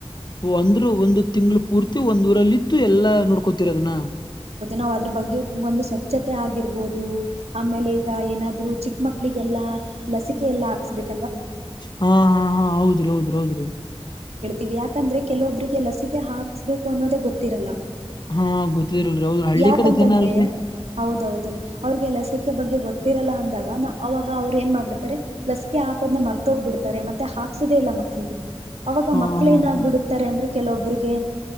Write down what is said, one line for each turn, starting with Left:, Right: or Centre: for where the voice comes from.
Left: ಹೂ ಅಂದ್ರು ಒಂದು ತಿಂಗಳು ಪೂರ್ತಿ ಒಂದ್ಊರಲ್ಲಿ ಇದ್ದು ಎಲ್ಲಾ ನೋಡ್ಕೋತೀರಿ ತಿರದನ
Right: ನಾವು ಅದ್ರ ಬಗ್ಗೆ ಒಂದು ಸ್ವಚ್ಛತೆ ಆಗಿರಬಹದು ಆಮೇಲೆ ಈಗ ಏನಾದರೂ ಚಿಕ್ಕ ಮಕ್ಳಿಗೆಲ್ಲ ಲಸಿಕೆ ಎಲ್ಲ ಹಾಕಿಸಬೇಕು
Left: ಹಾ ಹಾ ಹಾ ಹೌದ್ರಿ ಹೌದ್ರಿ ಹೌದ್ರಿ
Right: ಇದ ಯಾಕಂದ್ರೆ ಕೆಲವೊಬ್ಬರಿಗೆ ಲಸಿಕೆ ಹಾಕ್ಸ್ಬೇಕು ಅನ್ನೋದೇ ಗೊತ್ತಿರಲ್ಲ
Left: ಹಾ ಗೊತ್ತಿರಲ್ರಿ ಹೌದ್ರ ಹಳ್ಳಿ
Right: ಯಾಕಂತಂದ್ರೆ
Left: ಕಡೆ ಜನ ಅಲ್ರರಿ
Right: ಹೌದೌದು ಅವ್ರಿಗೆ ಲಸಿಕೆ ಬಗ್ಗೆ ಗೊತ್ತಿರಲ್ಲ ಅಂದಾಗ ನ ಅವಾಗ ಅವ್ರು ಏನ್ ಮಾಡ್ಬಿಡ್ತಾರೆ ಲಸಿಕೆ ಹಾಕೋದ್ನ್ನ ಮರ್ತೋಗ್ಬಿಡ್ತಾರೆ ಮತ್ತೆ ಹಾಕ್ಸುದೇ ಇಲ್ಲ ಮಕ್ಕಳಿಗೆ ಅವಾಗ
Left: ಹಾ
Right: ಮಕ್ಳ
Left: ಹಾ
Right: ಏನಾಗ್ಬಿಡುತ್ತೆ
Left: ಹಾ
Right: ರೆ ಅಂದ್ರೆ ಕೆಲವೊಬ್ಬ್ರರಿಗೆ